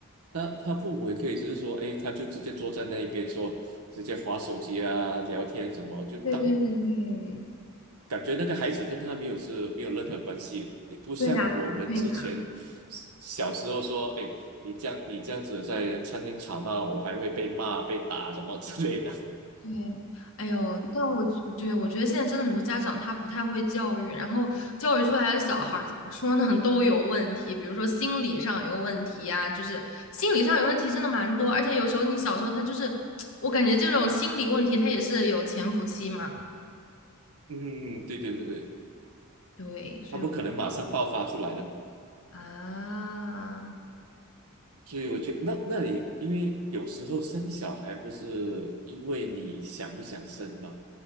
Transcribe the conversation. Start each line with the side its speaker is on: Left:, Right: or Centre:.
Right: 他他父母也可以只是说，哎，他就直接坐在那一边说，直接划手机啊，聊天什么，就当
Left: 对对对对，
Right: 感觉那个孩子跟他没有是没有任何关系，也不像我们之前小时候说，
Left: 对呀，对呀。
Right: 哎，你这样你这样子在餐厅吵闹，我还会被骂被打什么之类的。
Left: 对，哎呦，但我对我觉得现在真的很多家长他不太会教育，然后教育出来的小孩儿怎么说呢，
Right: <laughs> 嗯
Left: <laughs> 都有问题，比如说心理上有问题呀、就是心理上有问题真的蛮多，而且有时候你小时候他就是，<tsk> 我感觉这种心理问题他也是有潜伏期嘛，
Right: 嗯，嗯对对对对。
Left: 对，所以我
Right: 他不可能马上爆发出来的嘛。
Left: 啊。
Right: 所以我觉得那那里，因为有时候生小孩不是因为你想不想生嘛，